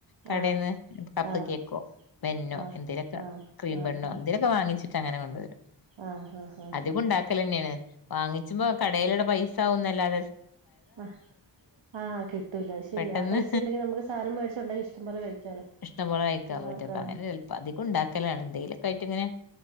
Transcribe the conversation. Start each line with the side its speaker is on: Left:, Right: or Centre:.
Left: കടയിൽന്ന്
Right: ആഹ്
Left: കപ്പ്
Right: ആഹ്
Left: കേക്കോ മെന്നോ
Right: ആഹ്
Left: എന്തേലൊക്കെ
Right: ആഹ്
Left: ക്രീംെണ്ണോ
Right: ആഹ്
Left: എന്തേലൊക്കെ വാങ്ങിച്ചിട്ട് അങ്ങനെ കൊണ്ടുവരും
Right: ആഹ് ആഹ് ആഹ്
Left: അധിക
Right: ആഹ്
Left: ഉണ്ടാക്കല തന്നെയാണ് വാങ്ങിച്ച്പോ കടയിലടെ പൈസ ആകുന്നല്ലാതെ
Right: ആഹ ആഹ് കിട്ടൂല ശരി
Left: പെട്ടെന്ന്
Right: ആ പൈസ ഉണ്ടെങ്കി നമുക്ക് സാധനം മേടിച്ച ഉണ്ടെങ്കി ഇഷ്ടംപോലെ കഴിക്കാലോ
Left: ഇഷ്ട പോലെ അയക്കാൻ
Right: എല്ലാർക്കും
Left: പറ്റും അങ്ങനെ ച അധികം ഉണ്ടാക്കലാണ് എന്തേലുമൊക്കെയിട്ട് ഇങ്ങനെ